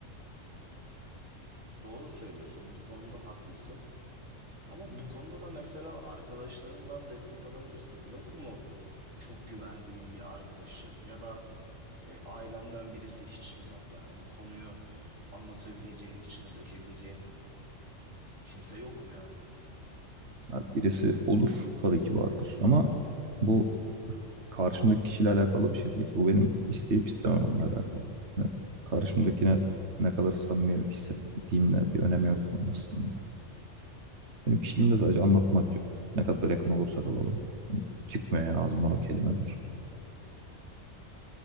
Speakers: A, on the right (about 85°); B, on the right (about 60°).
A: Doğru söylüyorsun. Bu konuda haklısın. Ama bu konuda da mesela arkadaşlarından destek alabilirsin. Yok mu çok güvendiğin bir arkadaşın ya da e, ailenden birisi hiç mi yok? Yani bu konuyu anlatabileceğin, içini dökebileceğin kimse yok mu yani?
B: Abi birisi olur tabii ki vardır ama bu karşımdaki kişiyle alakalı bir şey değil ki. Bu benim isteyip istemememle alakalı. Yani karşımdakine ne kadar samimi hissettiğimle bir önemi yok bunun aslında. Benim kişiliğimde sadece anlatmak yok. Ne kadar yakın olursak olalım. Hani çıkmıyor yani ağzımdan o kelimeler.